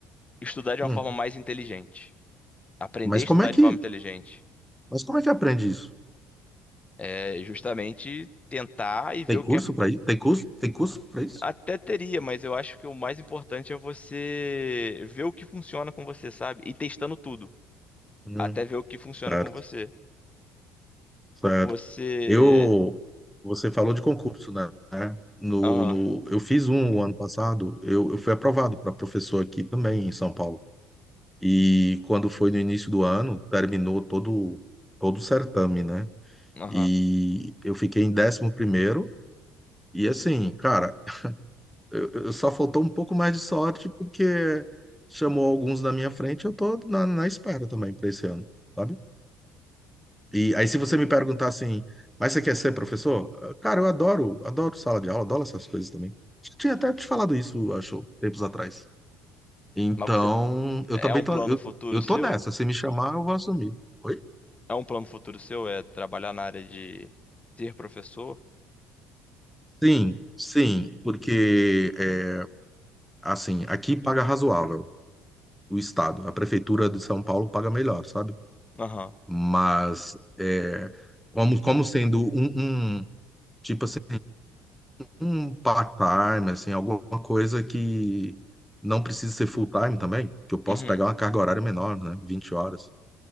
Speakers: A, on the left; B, in the centre.
A: estudar de
B: Hum.
A: uma forma mais inteligente. Aprender
B: Mas
A: a estudar
B: como é que,
A: de forma inteligente.
B: mas como é que aprende isso?
A: É justamente tentar e ver
B: Tem
A: o
B: curso
A: que é.
B: para
A: eu
B: isso? Tem curso? Tem curso para isso?
A: Até teria, mas eu acho que o mais importante é você ver o que funciona com você, sabe? E testando tudo.
B: Hum.
A: Até ver o que funciona
B: Certo.
A: com você.
B: Certo.
A: Você.
B: Eu, você falou de concurso, né? No,
A: Aham,
B: no, eu fiz um ano passado, eu, eu fui aprovado para professor aqui também em São Paulo. E quando foi no início do ano, terminou todo, todo o certame, né?
A: aham.
B: E eu fiquei em décimo primeiro. E assim, cara, eu, eu só faltou um pouco mais de sorte porque chamou alguns na minha frente, eu tô na, na espera também para esse ano, sabe? E aí, se você me perguntar assim, mas você quer ser professor? Eh, Cara, eu adoro, adoro sala de aula, adoro essas coisas também. Já Tinha até te falado isso, acho, tempos atrás. Então,
A: Mas você
B: eu
A: É
B: também
A: um
B: tô,
A: plano
B: eu,
A: futuro
B: eu
A: seu?
B: tô nessa. Se me chamar, eu vou assumir. Oi?
A: É um plano futuro seu? É trabalhar na área de ser professor?
B: Sim, sim, porque, eh, assim, aqui paga razoável o Estado. A Prefeitura de São Paulo paga melhor, sabe?
A: Aham.
B: Mas, eh, como, como sendo um, um Tipo assim, um part-time, assim, alguma coisa que não precisa ser full-time também, que eu posso
A: Uhum.
B: pegar uma carga horária menor, né? vinte horas.